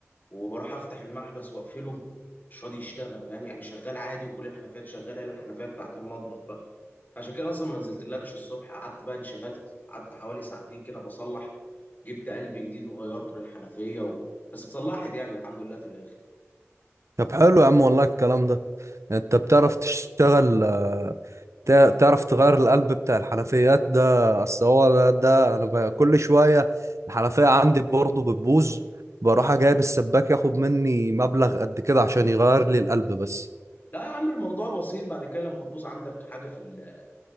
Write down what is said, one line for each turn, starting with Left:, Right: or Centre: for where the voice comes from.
Left: وبروح افتح المحبس واقفله مش راضي يشتغل فاهم يعني شغال عادي وكل الحنفيات شغاله إلا الحنفيه بتاعت المطبخ بقى عشان كده اصلا ما نزلتلكش الصبح قعدت بقى انشغلت قعدت حوالي ساعتين كده بصلح جبت قلب جديد وغيرته للحنفيه و... بس اتصلحت يعني الحمد لله في الاخر
Right: طب حلو يا عم والله الكلام ده يعني انت بتعرف تشتغل تع- تعرف تغير القلب بتاع الحنفيات ده اصل هو ده, ده انا ب- كل شويه الحنفيه عندي برضه بتبوظ بروح جايب السباك ياخد مني مبلغ قد كده عشان يغير لي القلب بس
Left: لا يا عم الموضوع بسيط بعد كده لما تبوظ عندك حاجه في ال...